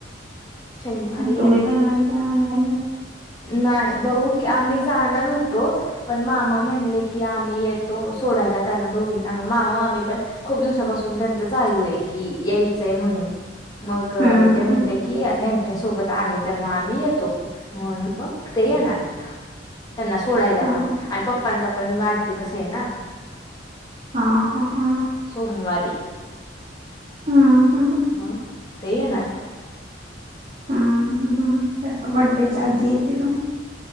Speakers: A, on the left; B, on the right.
A: शनिवारी
B: म तुम्ही जाणार आहे काय आणयला?
A: नाय. बघूकी आम्ही जाणार होतो- पण मामा म्हनले की, आम्ही येतो सोडायला त्यांना दोघींना मामामामी पण खूप दिवसापासून त्यांच चालू आहे की यायचंय म्हणून. मग
B: हम्म हम्म
A: ते म्हटले-
B: हम्म.
A: ती आता ह्यांच्या सोबत आहे तर मग आम्ही येतो म्हणून ते येणारयेत. त्यांना सोडायला
B: हा
A: पण आणि पप्पांचा पण वाढदिवस आहे ना.
B: हां हां हां.
A: सोमवारी
B: हां, हां.
A: म ते येणारेत.
B: हां हां हां. त्याच्या बर्डेच्या
A: हम्म
B: आधी येतील ना म.